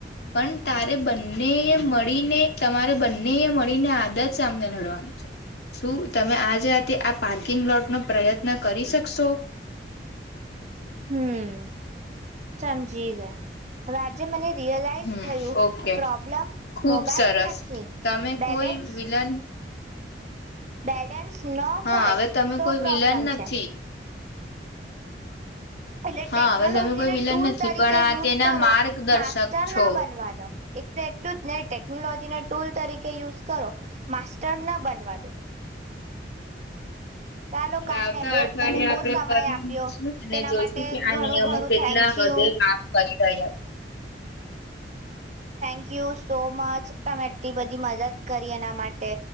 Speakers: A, on the left; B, on the right.
A: પણ તારે બંને મળીને તમારે બંને એ મળીને આદત સામને લડવાનું છે શું તમે આજ જતે આ પાર્કિંગ લોટ નો પ્રયત્ન કરી શકશો.
B: હમ સમજ <unintelligible> રાજ્ય મને ર
A: હમ
B: થયું
A: ઓકે
B: પ્રોબ્લમ
A: ખુબ
B: મોબાઈલ
A: સરસ
B: નથી
A: તમે
B: બેલેન્સ
A: કોઈ વિલન
B: બેલેન્સ ન
A: હા
B: હોય
A: હવે તમે
B: તો
A: કોઈ
B: પ્રોબ્લેમ
A: વિલન
B: છે.
A: નથી
B: એટલે ટેકનોલોજી
A: હા હવે તમે કોઈ
B: ના
A: વિલન
B: ટુલ
A: નથી
B: તરીકે
A: પણ આ
B: યુઝ
A: તેના
B: કરો
A: માર્ગદર્શક
B: માસ્ટર
A: છો.
B: ના બનવા દો એટલે એટલું જ નહી ટેકનોલોજી ના ટૂલ તરીકે યુઝ કરો માસ્ટર ના બનવા દો. ચાલો
A: હવે
B: કાઈ
A: આવતા
B: નઈ બો
A: અઠવાડિયે
B: તમે
A: આપણે
B: બો સમય
A: ફવા
B: આપ્યો
A: મળશું અને
B: તેના
A: જોઈશું
B: માટે
A: કે આ
B: ઘણું
A: નિયમો
B: ઘણું
A: કેટલા
B: થેન્ક
A: હદે
B: યુ
A: કામ કરી રહ્યા છે.
B: થેન્કયુ સો મચ તમેટલી બધી મદદ કરી એના માટે